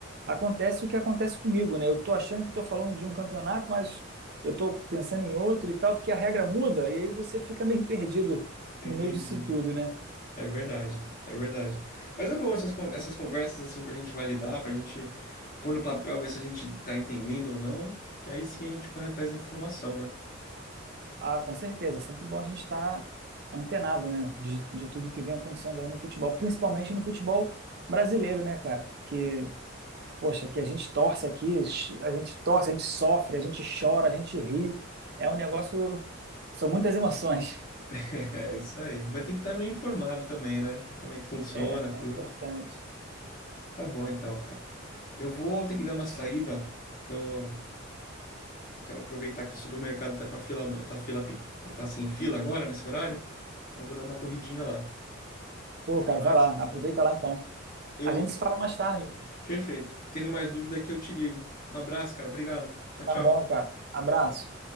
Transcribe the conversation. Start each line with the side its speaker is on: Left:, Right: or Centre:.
Right: acontece o que acontece comigo, né? Eu tô achando que eu tô falando de um campeonato, mas eu tô pensando em outro e tal, porque a regra muda e aí você fica meio perdido no
Left: Entendi.
Right: meio disso tudo, né?
Left: É verdade, é verdade. Mas é bom essas, con- essas conversas assim pra gente validar, pra gente pôr no papel, ver se a gente tá entendendo ou não, que aí sim a gente corre atrás da informação, né?
Right: Ah, com certeza. É sempre bom a gente estar antenado, né? De, de tudo que vem acontecendo aí no futebol, principalmente no futebol brasileiro, né, cara? Que Poxa, que a gente torce aqui, a gente torce, a gente sofre, a gente chora, a gente ri. É um negócio. São muitas emoções.
Left: <laughs> É isso aí. Mas tem que estar meio informado também, né? Como é que funciona,
Right: É,
Left: tudo.
Right: é importante.
Left: Tá bom então, cara. Eu vou ter que dar uma saída. Então, eu quero aproveitar que o supermercado tá com a fila, tá fila, pe- tá sem fila agora nesse horário. Eu vou dar uma corridinha lá.
Right: Pô, cara, vai
Left: Mas
Right: lá, aproveita lá então.
Left: eu,
Right: A gente se fala mais tarde.
Left: perfeito. Tendo mais dúvida aqui, eu te ligo. Um abraço, cara. Obrigado. Tchau, tchau.
Right: Tá bom, cara. Abraço.